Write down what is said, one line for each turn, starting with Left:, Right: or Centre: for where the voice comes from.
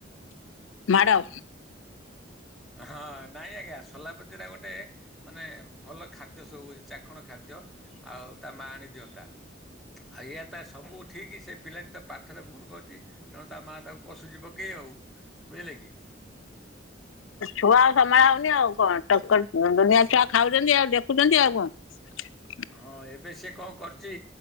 Left: ମାଡ।
Centre: ହଁ ନାଇଁ ଆଜ୍ଞା ସୋଲାପତିରା ଗୋଟେ ମାନେ ଭଲ ଖାଦ୍ୟ ସବୁ ଚାଖଣ ଖାଦ୍ୟ ଆଉ ତା ମା ଆଣିଦିଅନ୍ତା। ଏୟାତ ସବୁ ଠିକ୍ ସେ ପିଲାଟି ତ ପାଠରେ ଭୁଲ କରୁଚି। ତେଣୁ ତା ମାଆ ତାକୁ କଷୁଛି ପକେଇ ଆଉ ବୁଝିଲେ କି।
Left: ଛୁଆ ଆଉ ସମ୍ଭାଳ ହଉନି ଆଉ କଣ ତକର ଦୁନିଆ ଛୁଆ ଖାଉଛନ୍ତି ଆଉ ଦେଖୁଛନ୍ତି ଆଉ କଣ। <inaudible>
Centre: ହଁ ଏବେ ସେ କଣ କରିଛି